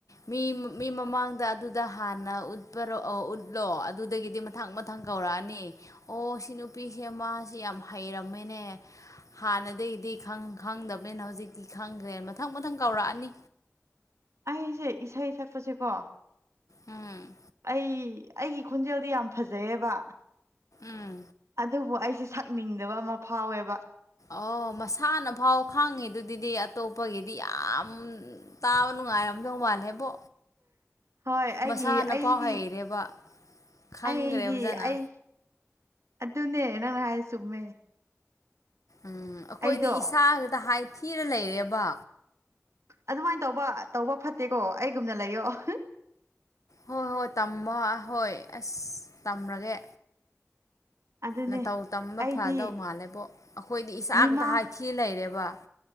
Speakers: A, on the left; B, on the right.
A: ꯃꯤ ꯃꯤ ꯃꯃꯥꯡꯗ ꯑꯗꯨꯗ ꯍꯥꯟꯅ ꯎꯠꯄꯔꯣ ꯑꯧ ꯎꯠꯂꯣ ꯑꯗꯨꯗꯒꯤꯗꯤ ꯃ__ ꯃꯊꯪ ꯃꯊꯪ ꯀꯧꯔꯛꯑꯅꯤ ꯑꯣ ꯁꯤ ꯅꯨꯄꯤꯁꯦ ꯃꯥꯁꯦ ꯌꯥꯝ ꯍꯩꯔꯝꯃꯦꯅꯦ ꯍꯥꯟꯅꯗꯒꯤꯗꯤ ꯈꯪ ꯈꯪꯗꯕꯅꯤꯅ ꯍꯧꯖꯤꯛꯇꯤ ꯈꯪꯈ꯭ꯔꯦꯅ ꯃꯊꯪ ꯃꯊꯪ ꯀꯧꯔꯛꯑꯅꯤ
B: ꯑꯩꯁꯦ ꯏꯁꯩ ꯁꯛꯄꯁꯦꯀꯣ
A: ꯎꯝ
B: ꯑꯩ ꯑꯩꯒꯤ ꯈꯣꯟꯖꯦꯜꯗꯤ ꯌꯥꯝ ꯐꯖꯩꯌꯦꯕ
A: ꯎꯝ
B: ꯑꯗꯨꯕꯨ ꯑꯩꯁꯦ__ ꯁꯛꯅꯤꯡꯗꯕ ꯑꯃ ꯐꯥꯎꯋꯦꯕ
A: ꯑꯣ ꯃꯁꯥꯅ ꯐꯥꯎ ꯈꯥꯡꯉꯤ ꯗꯨꯗꯗꯤ ꯑꯇꯣꯞ__ ꯄꯒꯤꯗꯤ ꯌꯥꯝ ꯇꯥꯕ ꯅꯨꯡꯉꯥꯏꯔꯝꯗꯧ ꯃꯥꯜꯂꯦꯕꯣ
B: ꯍꯣꯏ ꯑꯩꯒꯤ
A: ꯃꯁꯥꯅ
B: ꯑꯩꯗꯤ
A: ꯐꯥꯎ ꯍꯩꯔꯦꯕ ꯈꯪꯈ꯭ꯔꯦ
B: ꯑꯩꯗꯤ
A: ꯐꯖꯅ
B: ꯑꯩ ꯑꯗꯨꯅꯦ ꯅꯪꯅ ꯍꯥꯏꯖꯦ ꯆꯨꯝꯃꯦ
A: ꯎꯝ ꯑꯩꯈꯣꯏꯗꯤ
B: ꯑꯩꯗꯣ
A: ꯏꯁꯥ ꯈꯇ ꯍꯥꯏꯊꯤꯔ ꯂꯩꯔꯦꯕ
B: ꯑꯗꯨꯃꯥꯏꯅ ꯇꯧꯕ ꯇꯧꯕ ꯐꯠꯇꯦꯀꯣ ꯑꯩꯒꯨꯝꯅ ꯂꯩꯌꯣ <unintelligible>
A: ꯍꯣꯏ ꯍꯣꯏ ꯇꯝꯕ ꯍꯣꯏ ꯑꯁ ꯇꯝꯔꯒꯦ
B: ꯑꯗꯨꯅꯦ
A: ꯅꯇꯧ ꯇꯝꯕ
B: ꯑꯩꯗꯤ
A: ꯐꯗꯧ ꯃꯥꯜꯂꯦꯕꯣ ꯑꯩꯈꯣꯏꯗꯤ ꯏꯁꯥ
B: ꯃꯤꯃꯥ
A: ꯈꯇ ꯍꯥꯏꯊꯤꯔ ꯂꯩꯔꯦꯕ